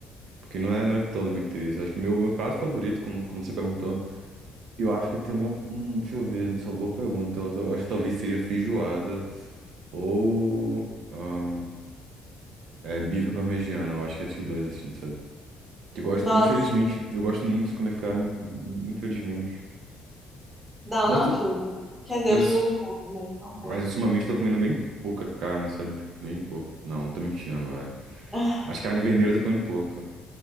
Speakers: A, on the right; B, in the centre.
A: Porque não é, não é tão do meu interesse. Acho que meu, meu prato favorito, como, como você perguntou, eu acho que tem um. Hum, deixa eu ver, só boa pergunta. Eu, tô- eu acho que talvez seja feijoada ou. ah, é, bife à parmegiana. Eu acho que é esses dois, assim, sabe? Que eu gosto,
B: Nossa,
A: infelizmente, eu gosto muito de comer carne, in- infelizmente.
B: Não,
A: Mas
B: não julgo. Quer dizer,
A: Mas,
B: eu julgo um pouco, mas só um pouco.
A: mas ultimamente eu tô comendo bem pouca carne, sabe? Tipo, Bem pouca. Não, tô mentindo agora.
B: <sighs>
A: Mas carne vermelha eu tô comendo pouca.